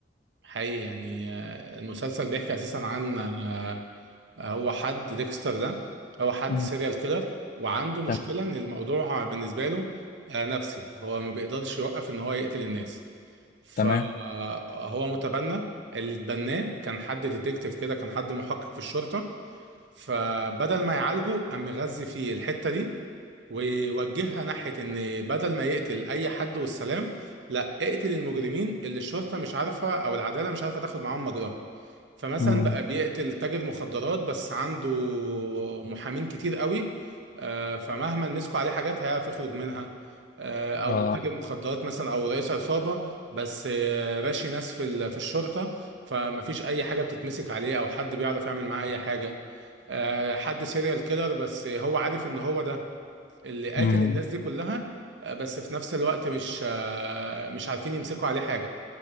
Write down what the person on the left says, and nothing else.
مم.
تمام
تمام
مم.
اه
مم.